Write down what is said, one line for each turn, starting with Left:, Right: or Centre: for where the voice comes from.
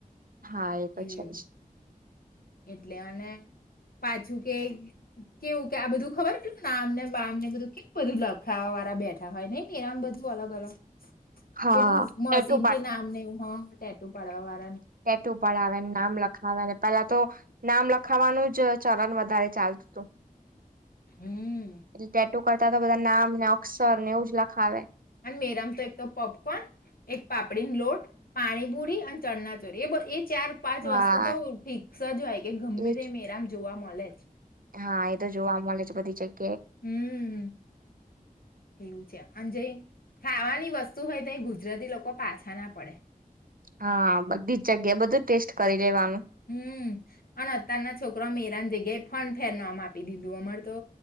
Right: હા એ તો
Left: એવું
Right: છે જ
Left: એટલે અને પાછું કે કેવું કે આ બધું ખબરું નામને બમ ને બધું કે બધું લખા વાળા બેઠા હોય નઈ મેળામ બધું અલગ અલગ
Right: હા
Left: પેલું
Right: ટેટુ
Left: મશીન થી નામનેવું હ ટેટું પડવા.
Right: ટેટું પડાવે નામ લખાવે ને પેલા તો નામ લખાવાનું જ ચલણ વધારે ચાલતું હતું.
Left: હમ
Right: એટ ટેટુ કરતા તો બધા નામ ને અક્ષર ને એવું જ લખાવે.
Left: અને મેરામ તો એક તો પોપકોર્ન એક પાપડીની લોટ, પાણીપુરી અને ચણાચોરી એ એ ચાર પાંચ
Right: હા
Left: વસ્તુ તો ફિક્સ જ હોય કે ગમે
Right: એજ
Left: તે મેરામ જોવા મળે જ.
Right: હા એ તો જોવા મળે છે બધી જગ્યા.
Left: હમ્મ એવું છે અને જે ખાવાની વસ્તુ વસ્તું હોય ત ગુજરાતી લોકો પાછા ના પડે.
Right: હા બધી જ બધું ટેસ્ટ કરી. લેવાનું.
Left: હમ્મ અને અતારના છોકરા મેરાન જગ્યા ફન ફેર ન આમ આપી દીધું અમાર તો